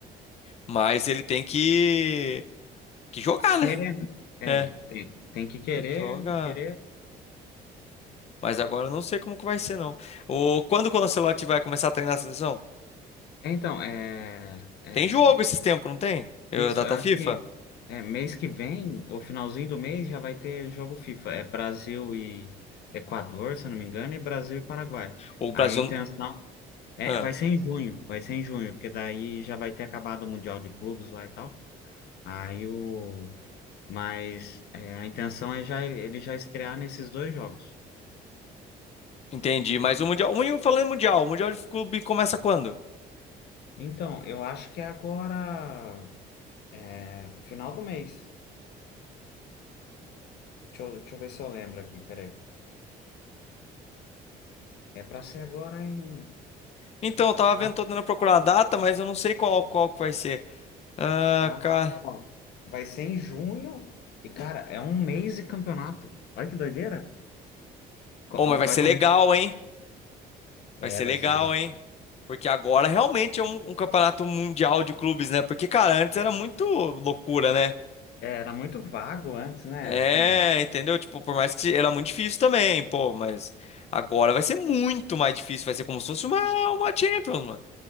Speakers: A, on the left; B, on the left.
A: Mas ele tem que que jogar,
B: Querer,
A: né?
B: né? É,
A: É,
B: ele tem, tem que querer,
A: tem que jogar.
B: querer.
A: Mas agora eu não sei como que vai ser, não. O, quando o Ancelotti vai começar a treinar a seleção?
B: É, Então, é, é
A: Tem jogo esses tempos, não tem? Eu,
B: isso,
A: data
B: eu acho
A: FIFA?
B: que é, mês que vem, o finalzinho do mês, já vai ter jogo FIFA. É Brasil e Equador, se eu não me engano, e Brasil e Paraguai.
A: O Brasil.
B: Aí a intenção é,
A: Ah,
B: vai ser em junho, vai ser em junho, porque daí já vai ter acabado o Mundial de Clubes lá e tal. Aí o, Mas é, a intenção é já ele já estrear nesses dois jogos.
A: entendi. Mas o Mundial. o- Mundial, Falando em Mundial, o Mundial de Clube começa quando?
B: Então, eu acho que é agora, é, final do mês. Deixa eu, deixa eu ver se eu lembro aqui, peraí. É para ser agora em.
A: Então, eu tava
B: Ah,
A: vendo, tô tentando procurar a data, mas eu não sei qual, qual que vai ser. Ah,
B: ah,
A: cara.
B: ó, vai ser em junho. E, cara, é um mês de campeonato. Olha que doideira. Co-
A: Oh,
B: ó,
A: mas vai
B: Vai
A: ser
B: começar.
A: legal, hein?
B: É,
A: Vai ser
B: vai
A: legal,
B: ser legal.
A: hein? Porque agora realmente é um, um campeonato mundial de clubes, né? Porque, cara, antes era muito loucura, né?
B: É, era muito vago antes, né?
A: É,
B: Assim,
A: entendeu? Tipo, por mais que era muito difícil também, pô, mas agora vai ser muito mais difícil. Vai ser como se fosse uma, uma Champions, mano.